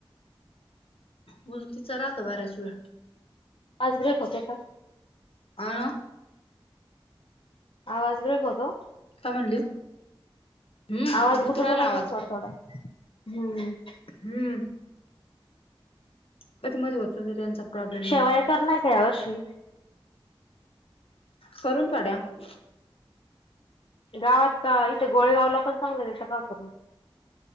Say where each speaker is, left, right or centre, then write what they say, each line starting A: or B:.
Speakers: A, on the left; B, on the left.
A: मूल तिचं राहतं बऱ्याच वेळ.
B: आज ब्रेक होते का.
A: अं अं.
B: आवाज ब्रेक होतो?
A: काय म्हणली हम्म
B: आवाज
A: गुतू
B: गुततो
A: राहिला
B: काय करण
A: आवाज
B: थोडा-थोडा हम्म.
A: हम्म. <unintelligible> <unintelligible>
B: शेवया
A: मुळ
B: करणार नाही काय या वर्षी.
A: करून ठेवल्यात.
B: गावात त, इथं गोळगावला पण चांगलं देतात पहा करून.